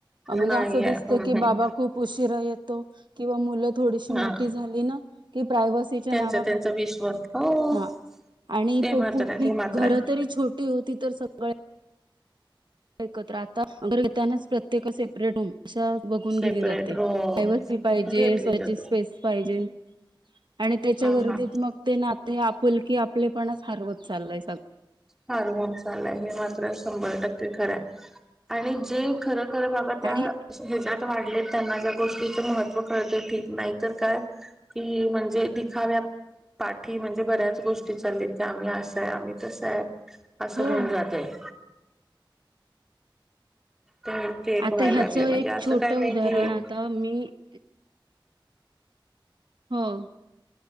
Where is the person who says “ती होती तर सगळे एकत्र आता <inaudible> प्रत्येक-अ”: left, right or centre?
Right